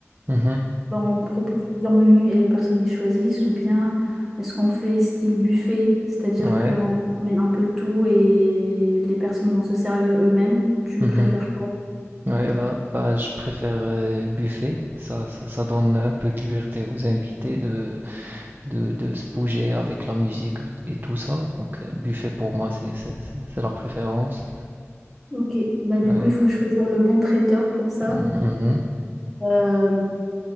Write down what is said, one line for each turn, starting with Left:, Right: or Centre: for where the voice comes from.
Right: mhm.
Centre: Bon, on propose plusieurs menus et les personnes y choisissent, ou bien est-ce qu'on fait style buffet, c'est-à-dire
Right: Ouais,
Centre: qu'on ramène un peu de tout et les personnes vont se servir eux-mêmes. Tu
Right: mhm.
Centre: préfères quoi?
Right: Ouais, bah, bah, je préfère euh, buffet. Ça, ça, ça donne un peu de liberté aux invités de, de, de se bouger avec la musique et tout ça. Donc, euh, buffet pour moi, c'est, c'est, c'est c'est la préférence.
Centre: Ok, bah du
Right: Ouais,
Centre: coup il faut choisir le bon traiteur pour ça.
Right: mhm,
Centre: Euh,